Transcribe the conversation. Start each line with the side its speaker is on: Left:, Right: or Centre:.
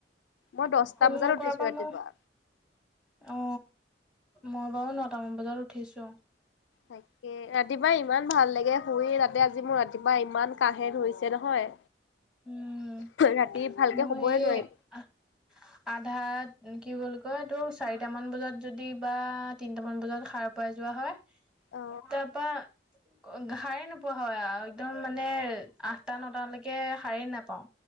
Left: মই দছটা
Centre: ফোন
Left: বজাত
Centre: নকৰাৰ
Left: উঠিছো
Centre: পৰা
Left: ৰাতিপুৱা।
Centre: মই অ মই বাৰু নটামান বজাত উঠিছো।
Left: তাকে ৰাতিপুৱা ইমান ভাল লাগে শুইে তাতে আজি মোৰ ৰাতিপুৱা ইমান কাহে ধুইছে নহয়।
Centre: উম,
Left: ৰাতি ভালকে
Centre: মই
Left: শুবই নোৱাৰিম
Centre: স আধা কি বুলিল কয় তোৰ চাৰিট মান বজাত যদি বা তিনটামান বজাত সাৰ পাই যোৱা হয়।
Left: অ
Centre: তাৰপা ঘ - ঘাই নোপোৱা হয় একদম মানে আঠটা নটালৈকে খাৰেই নাপাও।